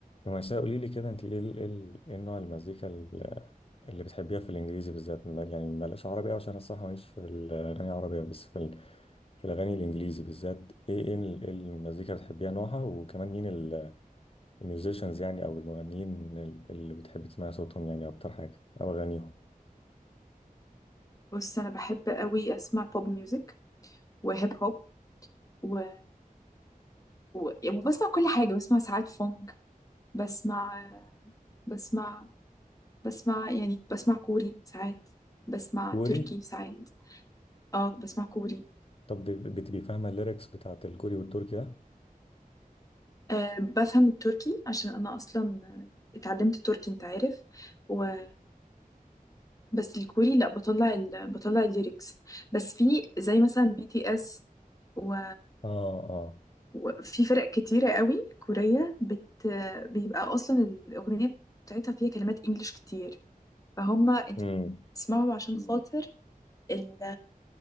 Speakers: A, on the left (about 40°); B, on the left (about 25°).
A: ومأساة قولي لي كده انت ايه ال- ايه ال- ايه نوع المزيكا ال- اللي بتحبيها في الانجليزي بالذات ما- يعني بلاش عربي أوي عشان أنا الصراحه ماليش في الاغاني العربيه بس في ال... في الاغاني الانجليزي بالذات ايه ايه ال- إيه المزيكا اللي بتحبيها نوعها وكمان مين ال- الميوزيشنز يعني او المغنيين ال- اللي بتحبي تسمعي صوتهم يعني اكتر حاجه او اغانيهم
B: بص انا بحب قوي اسمع بوب ميوزك وهيب هوب و... و... وبسمع كل حاجه بسمع ساعات فونك بسمع بسمع بسمع يعني بسمع كوري ساعات بسمع
A: كوري
B: تركي ساعات اه بسمع كوري
A: طب بت- بتبقي فاهمه الليركس بتاعت الكوري والتركي ده
B: أه بفهم التركي عشان أنا أصلا آه، اتعلمت تركي أنت عارف و... بس الكوري لأ بطلع ال... بطلع الليركس بس في زي مثلا بي تي اس و...
A: اه اه
B: وفي فرق كتيرة قوي كورية بت... بيبقى أصلا الأغنية بتاعتها فيها كلمات إنجليش كتير فهم أنت
A: امم
B: بتسمعهم عشان خاطر ال...